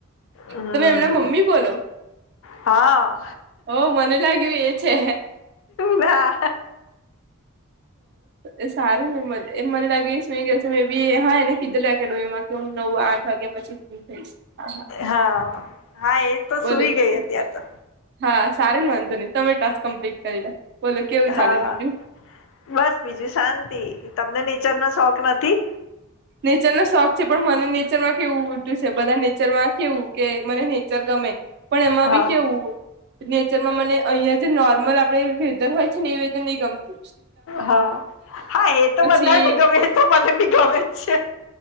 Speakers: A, on the left; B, on the right.
A: હમ
B: તમે એમના મમ્મી બોલો
A: હા
B: ઓ મને લાગ્યું એ છે
A: ના
B: એ સારું ને મને લાગે શું <unintelligible> એકેડમમાં કે નવ આઠ વાગ્યા પછી ફ્રી થઈશ હા
A: હા હા એ તો
B: બોલો
A: સુઈ
B: બીજું
A: ગઈ અત્યારે તો
B: હા સારી ન માનતો નહી તમે ટાસ્ક કમ્પ્લીટ કરી દે બોલો કેવું ચાલે
A: હા
B: બીજું
A: બસ બીજું શાંતિ તમને નેચર નો શોખ નથી
B: નેચરનોો શોખ છે પણ મને નેચરમાં કેવું ઉલટું છે બધા નેચર માં કેવું કે મને નેચર ગમે પણ એમાં
A: હા
B: બી કેવુ નેચરમાં મને અહિયાં જે નોર્મલ આપડે વેધર હોય છે ને એ વેધર નહી ગમતુ
A: હા હા એ તો
B: પછી
A: બધાને ગમે તો મને બી ગમે જ છે.